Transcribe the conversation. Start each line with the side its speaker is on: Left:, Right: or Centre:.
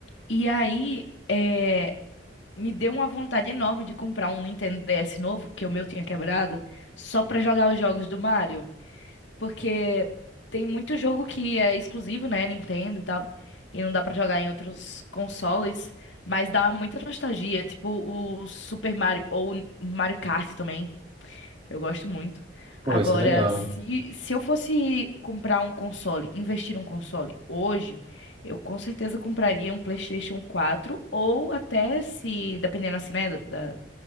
Left: E aí, é, me deu uma vontade enorme de comprar um Nintendo DS novo, porque o meu tinha quebrado, só pra jogar os jogos do Mario. Porque tem muito jogo que é exclusivo, né, Nintendo e tal, e não dá pra jogar em outros consoles, mas dá muita nostalgia, tipo o Super Mario ou o Mario Kart também, eu gosto muito.
Right: Pô,
Left: Agora,
Right: isso é legal.
Left: se, se eu fosse comprar um console, investir um console hoje, eu com certeza compraria um PlayStation 4 ou até se, dependendo assim, né, da, da-